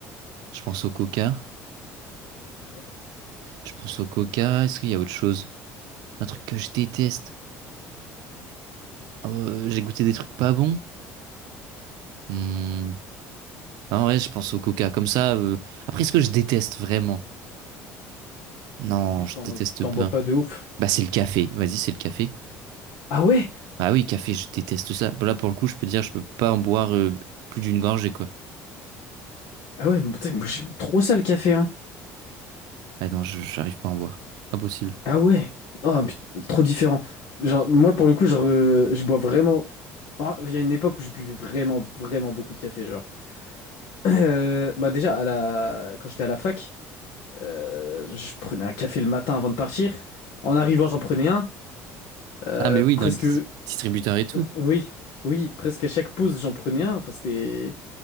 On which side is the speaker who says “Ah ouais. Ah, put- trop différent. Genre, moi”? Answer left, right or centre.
Left